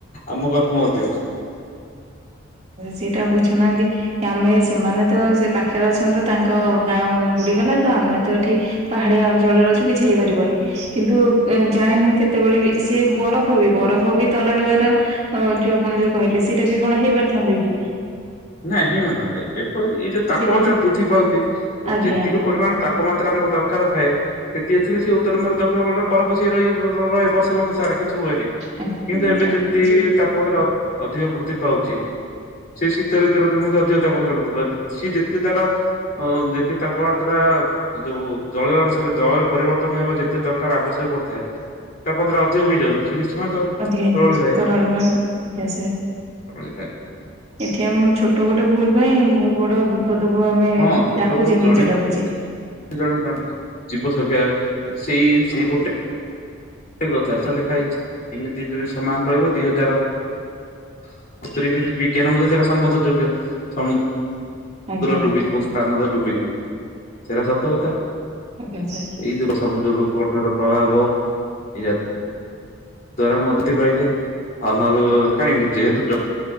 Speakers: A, on the left; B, on the right.
A: ଆମ ପାଖକୁ ମଧ୍ୟ।
B: ସେଇଟା ବୁଝୁନାହାନ୍ତି କି ଆମେ ସେମାନେ ତ ସେ ପାଖରେ ଅଛନ୍ତି ତ ତାଙ୍କ ଗାଁ ବୁଡିଗଲା ତ ଆମେ ତ ଏଠି ପାହାଡିଆ ଅଞ୍ଚଳରେ ଅ କିଛି ହେଇପାରିବନି କିନ୍ତୁ ଜାଣିନାହାନ୍ତି କେତେବେଳେ ବି ସେ ବରଫ ବି ବରଫ ବି ତରଳିବାର ଅ ଯୋଉ ଆପଣ ଯୋଉ କହିଲେ ସେଇଟା ବି କଣ ହେଇପାର ଛନ୍ତି
A: ନାଇଁ ହେଇ ନଥାନ୍ତାଇ କେବଳ ଏଇ ଯୋଉ ତାପମାତ୍ରା
B: ସେଇଟା ବି
A: ବୃଦ୍ଧି ପାଉଛି
B: ଆଜ୍ଞା
A: ଯେତିକି ପରିମାଣ ତାପମାତ୍ରା ଆମର ଦରକାର ଥାଏ ସେ ଏଥିରେ ସେ ଉତ୍ତର ବରୁ ଦକ୍ଷିଣରେ ବରଫ ସିଏ ରହି ରହ ବର୍ଷ ବର୍ଷ ସାର କିଛି ହୁଏନିଁ
B: ଆଜ୍ଞା
A: କିନ୍ତୁ
B: ଆଜ୍ଞା
A: ଏବେ
B: ସାର୍
A: ଯଦି
B: ଏଇ ଯୋଉ
A: ତାପମାତ୍ରା। ଅଧିକ ବୃଦ୍ଧି ପାଉଛି। ସେ ଶୀତ। ଦ ମଧ୍ୟ ଅଧିକ ତାପମାତ୍ରା ପଡିିବ ସିଏ ଯେତେ ତାର ଯେତେ ତାପମାତ୍ରା ଯୋ ଜଳୀୟ ଅନୁସାରେ ଜଳରେ ପରିବର୍ତ୍ତନ ହେବ ଯେତେ ଦରକାର ଆବଶ୍ୟକ ପଡିବ। ତାପରେ ଆ ହୋଇଯାଉଛି ସେ ନିଶ୍ଚୟ ଭାବେ
B: ଅଧିକା ହେଇଯାଉଛି
A: ତରଳିଥାଏ
B: ତରଳ ଆଜ୍ଞା ସେ
A: ତରଳିଥାଏ
B: ଏଠି ଆମର ଛୋଟ। ଗୋଟ ଗୋଟେ ଭଲ ପାଇଁ ବହୁତ ବ ପଦକୁ ଆମେ
A: ହଁ ଛୋଟ
B: ଡାକୁଛେ
A: ବେଳୁ ଜଣେ
B: ନିଜ ଡାକୁଛେ।
A: ଜଣେ ଜଣେ ଜୀବ <unintelligible> ସେଇ ସେଇ ଗୋଟ୍ ସେଇ କଥା ସେଣେ ଲେଖା ହେଇଚି ଏମିତି ଯେତେବେଳେ ସମାନ ରହିବ ଦୁଇ ହଜାର <unintelligible> ବିଜ୍ଞାନ ମଧ୍ୟ ସେଟା ସମ୍ମତ ଯୋଗ୍ୟ। ସମ୍
B: ଆଜ୍ଞା
A: ପୁରା ଡୁବି ଯିବ ସ୍ତାନଗର୍। ଡୁବି ଯିବସେଇଟା ସତ କଥା।
B: ଆଜ୍ଞା ସାର୍।
A: ଏଇ ତ ଅଛି ସବୁ। ସବୁ କୋଠର ପ୍ରଭାବ। ଏଇଆ ଦ୍ଵାରା ମଧ୍ୟ ଟି ପାଇଥାଏ ଆଉ ନ ହେଲେ କାହିଁ ଏମିତି ଯେହେତୁ